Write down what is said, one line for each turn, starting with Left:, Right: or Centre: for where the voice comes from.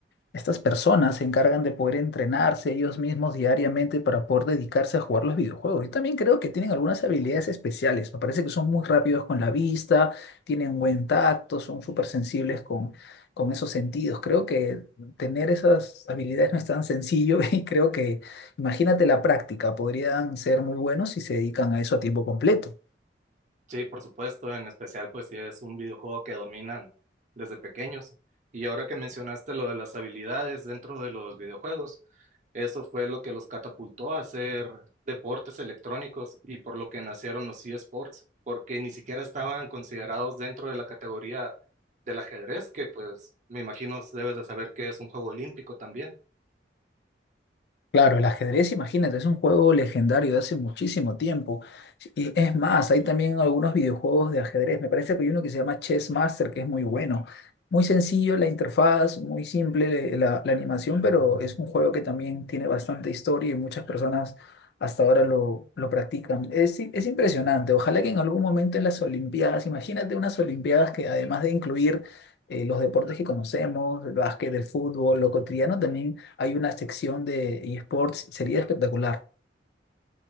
Left: estas personas se encargan de poder entrenarse ellos mismos diariamente para poder dedicarse a jugar los videojuegos. Y también creo que tienen algunas habilidades especiales. Me parece que son muy rápidos con la vista, tienen buen tacto, son súper sensibles con, con esos sentidos. Creo que tener esas habilidades no es tan sencillo <laughs> y creo que, imagínate la práctica, podrían ser muy buenos si se dedican a eso a tiempo completo.
Right: Sí, por supuesto, en especial pues si es un videojuego que dominan desde pequeños. Y ahora que mencionaste lo de las habilidades dentro de los videojuegos, Eso fue lo que los catapultó a hacer deportes electrónicos y por lo que nacieron los eSports, porque ni siquiera estaban considerados dentro de la categoría del ajedrez, que pues me imagino debes de saber que es un juego olímpico también.
Left: Claro, el ajedrez, imagínate, es un juego legendario de hace muchísimo tiempo. Y es más, hay también algunos videojuegos de ajedrez. Me parece que hay uno que se llama Chess Master, que es muy bueno. Muy sencillo la interfaz, muy simple la, la animación, pero es un juego que también tiene bastante historia y muchas personas hasta ahora lo, lo practican. Es, i- es impresionante. Ojalá que en algún momento en las Olimpiadas, imagínate unas Olimpiadas que además de incluir eh, los deportes que conocemos, el básquet, el fútbol, lo cotidiano, también hay una sección de eSports, sería espectacular.